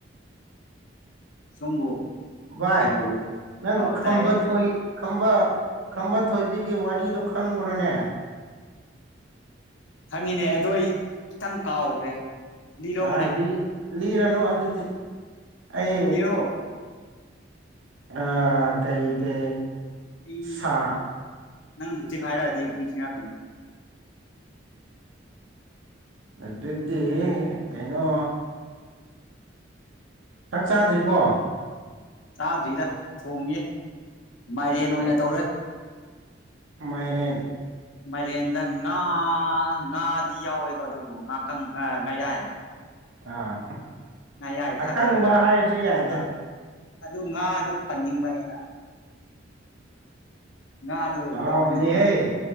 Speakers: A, on the left; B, on the right.
A: ꯁꯣꯝꯕꯨ
B: ꯚꯏ
A: ꯀꯩꯗꯧꯔꯤ
B: ꯅꯪ
A: ꯑꯧ
B: ꯈꯝꯕ
A: ꯇꯥꯏꯌꯦ
B: ꯊꯣꯏ ꯈꯝꯕ ꯈꯝꯕ ꯊꯣꯏꯕꯤꯒꯤ ꯋꯥꯔꯤꯗꯨ ꯈꯪꯕ꯭ꯔꯣꯅꯦ
A: ꯈꯪꯉꯤꯅꯦ ꯑꯗꯨ ꯑꯩ ꯈꯤꯇꯪ ꯀꯥꯎꯈ꯭ꯔꯦ ꯂꯤꯔꯛꯑꯣꯅꯦ
B: ꯑꯥ ꯂꯤ ꯂꯤꯔꯅꯨ ꯑꯗꯨꯗꯤ ꯑꯩ
A: ꯂꯤꯔꯛꯑꯣ
B: ꯑꯥ ꯀꯩ ꯀꯩ
A: ꯑꯩ
B: ꯁꯥ
A: ꯅꯪ ꯍꯧꯖꯤꯛ ꯍꯥꯏꯔꯛꯑꯗꯤ ꯅꯤꯡꯁꯤꯡꯔꯛꯀꯅꯤ
B: ꯑꯗꯨꯗꯤꯗꯤ ꯀꯩꯅꯣ ꯆꯥꯛ ꯆꯥꯗ꯭ꯔꯤꯀꯣ
A: ꯆꯥꯗ꯭ꯔꯤꯗ ꯊꯣꯡꯉꯤ ꯃꯥꯏꯔꯦꯟ
B: ꯀꯩ
A: ꯑꯣꯏꯅ ꯇꯧꯔꯦ
B: ꯃꯥꯏꯔꯦꯟ
A: ꯃꯥꯏꯔꯦꯟꯗ ꯉꯥ ꯉꯥꯗꯤ ꯌꯥꯎꯋꯦꯀꯣ ꯑꯗꯨꯕꯨ ꯉꯥꯀꯪ ꯑꯥ ꯉꯥꯌꯥꯏ
B: ꯑꯥ
A: ꯉꯥꯌꯥꯏ ꯊꯥꯗꯔꯒ
B: ꯑꯀꯪꯕ ꯍꯥꯏꯔꯁꯨꯌꯥꯏꯗ
A: ꯑꯥ ꯑꯗꯨ ꯉꯥꯗꯨ ꯄꯟꯅꯤꯡꯕ ꯑꯩꯅ ꯉꯥꯗꯣ
B: ꯑꯍꯥꯎꯕꯅꯤꯍꯦ
A: ꯌꯥꯎꯍꯟꯅꯤꯡꯕ